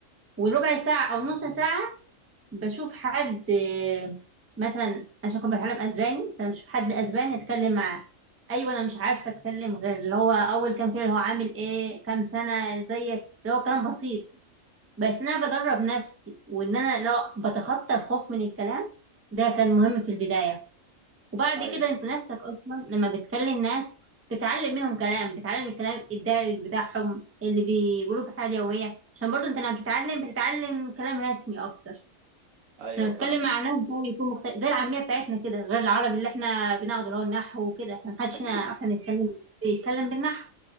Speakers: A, on the right (about 15°); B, on the right (about 85°).
A: وربع ساعة أو نص ساعة بشوف حد آه، مثلا عشان كنت بتعلم اسباني فانا بشوف حد اسباني اتكلم معاه ايوه انا مش عارفه اتكلم غير اللي هو اول كام كلمه اللي هو عامل ايه كام سنه زيك اللي هو كلام بسيط بس ان انا بدرب نفسي وان انا لو بتخطى الخوف من الكلام ده كان مهم في البدايه وبعد
B: أيوه
A: كده انت نفسك اصلا لما بتكلم ناس بتتعلم منهم كلام بتتعلم الكلام الدارج بتاعهم اللي بيقولوه في الحياه اليوميه عشان برضو انت لما بتتعلم بتتعلم كلام رسمي اكتر
B: أيوه
A: انا بتكلم
B: فاهمك
A: مع ناس بقى بيكون مختلف زي العاميه بتاعتنا كده غير العربي اللي احنا بناخده اللي هو النحو وكده احنا محدش
B: أكيد
A: هنا احنا بنتكلم بيتكلم بالنحو